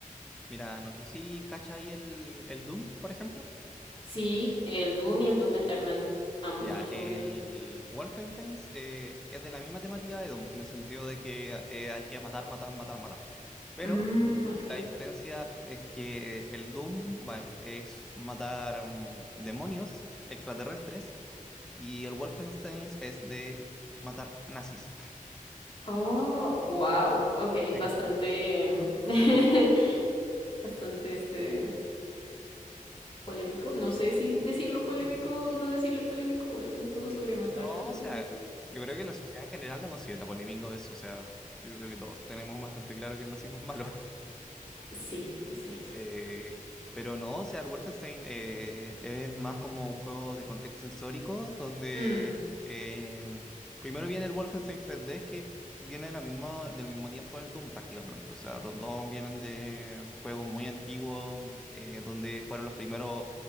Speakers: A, in the centre; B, on the left (about 35°).
A: Mira, no sé si cacha ahí el, el Doom, por ejemplo.
B: Sí, el Doom y el Doom Eternal, ambos
A: Ya,
B: los
A: el
B: jugué.
A: Wolfenstein eh, es de la misma temática de Doom, en el sentido de que eh, hay que matar, matar, matar, matar. Pero
B: Mmm, ok.
A: la diferencia es que el Doom, bueno, es matar mm, demonios extraterrestres y el Wolfenstein es de matar nazis.
B: Oh, wow, ok,
A: <laughs>
B: bastante, em, <laughs> bastante este polémico. No sé si decirlo polémico
A: Sí.
B: o no decirle polémico, es un juego sobre matar.
A: No,
B: matar.
A: o sea, yo creo que la sociedad en general no considera polémico eso, o sea, yo creo que todos tenemos bastante claro que nacimos malos.
B: Sí, es cierto.
A: Eh, pero no, o sea, el Wolfenstein eh, es más como un juego de contexto histórico, donde
B: Mm.
A: eh, primero viene el Wolfenstein 3D, que viene de la misma, del mismo tiempo del Doom prácticamente. O sea, los dos vienen de juegos muy antiguos, eh, donde fueron los primeros